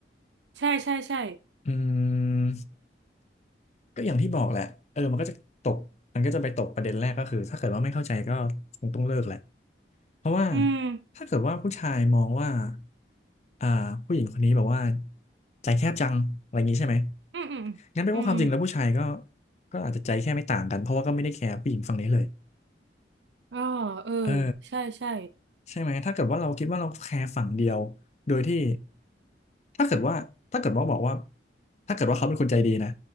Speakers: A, on the right (about 85°); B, on the left (about 40°).
A: ใช่ใช่ใช่
B: อืมก็อย่างที่บอกแหละเออมันก็จะตกมันก็จะไปตกประเด็นแรกก็คือถ้าเกิดว่าไม่เข้าใจก็คงต้องเลิกแหละ เพราะว่า
A: อืม
B: ถ้าเกิดว่าผู้ชายมองว่าอ่าผู้หญิงคนนี้แบบว่าใจแคบจังอะไรอย่างนี้ใช่ไหม
A: อืมอืมอืม
B: งั้นแปลว่าความจริงแล้วผู้ชายก็ก็อาจจะใจแค่ไม่ต่างกันเพราะว่าก็ไม่ได้แคร์ผู้หญิงฝั่งนี้เลย
A: อ่าเออ
B: เออ
A: ใช่ใช่
B: ใช่ไหมถ้าเกิดว่าเราคิดว่าเราแคร์ฝั่งเดียวโดยที่ถ้าเกิดว่าถ้าเกิดว่าบอกว่าถ้าเกิดว่าเขาเป็นคนใจดีนะ